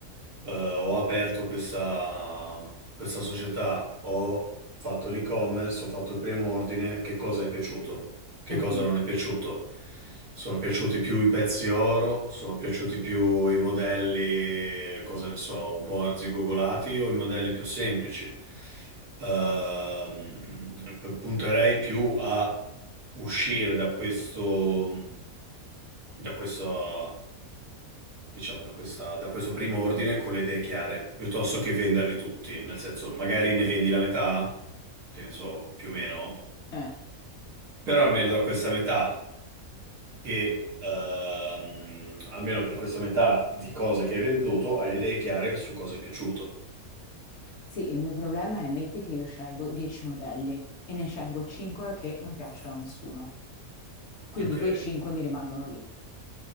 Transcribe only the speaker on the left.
mhm.
Sì.
Eh.
Sì, il mio problema è metti che io scelgo 10 modelli e ne scelgo 5 che non piacciono a nessuno. Quindi
quei 5 mi rimangono lì.